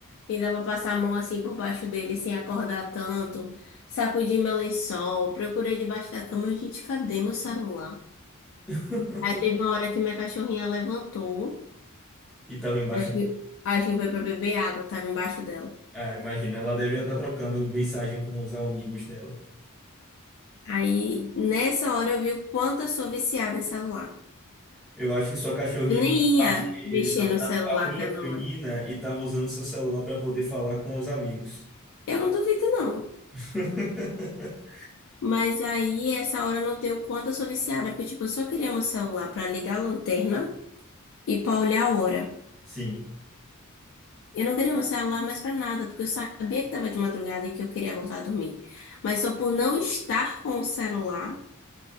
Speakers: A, on the left; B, in the centre.
A: E dava pra passar a mão assim por baixo dele sem acordar tanto. Sacudi meu lençol, procurei debaixo da cama. Eu, Gente, cadê meu celular?
B: <laughs>
A: Aí teve uma hora que minha cachorrinha levantou.
B: E tava embaixo.
A: Acho que, acho que foi pra beber água, tava embaixo dela.
B: Ah, imagina, ela deveria estar trocando mensagem com os amigos dela.
A: Aí nessa hora eu vi o quanto eu sou viciada em celular.
B: Eu acho que sua cachorrinha
A: Eu nem
B: faz parte
A: ia mexer
B: da
A: no celular
B: da patrulha
A: aquela
B: canina
A: hora.
B: e tava usando seu celular para poder falar com os amigos.
A: Eu não duvido, não.
B: <laughs>
A: Mas aí, essa hora eu notei o quanto eu sou viciada, porque, tipo, eu só queria meu celular pra ligar a lanterna e pra olhar a hora.
B: Sim.
A: Eu não queria meu celular mais pra nada, porque eu sabia que tava de madrugada e que eu queria voltar a dormir. Mas só por não estar com o celular,